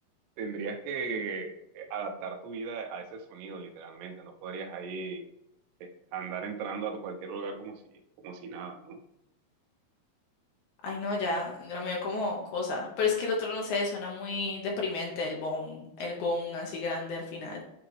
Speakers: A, on the right; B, on the left.
A: Tendrías que eh, adaptar tu vida a ese sonido, literalmente. No podrías ahí andar entrando a cualquier lugar como si, como si nada, ¿no?
B: Ay, no, ya, ya me dio como cosa. Pero es que el otro, no sé, suena muy deprimente, el bon, el gong así grande al final.